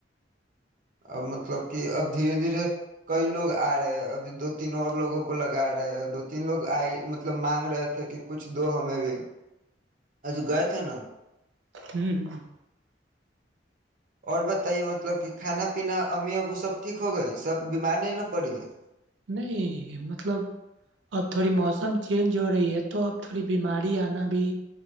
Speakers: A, on the right; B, on the right.
A: اب مطلب کہ اب دھیرے دھیرے کئی لوگ آ رہے ابھی دو تین اور لوگوں کو لگا رہے دو تین لوگ آئی مطلب مانگ رہے تھے کہ کچھ دو ہمیں بھی اج گئے تھ ہیں ن
B: ہوں ہ
A: اور بتائیے مطلب کہ کھانا پین امیمی ابو سب ٹھیک ہو گئی سب بیمار نہیں ن پڑی ہے
B: نہیں مطلب اب تھوڑی موسم چینج ہو رہی ہے تو اب تھوڑی بیماری آنا بھی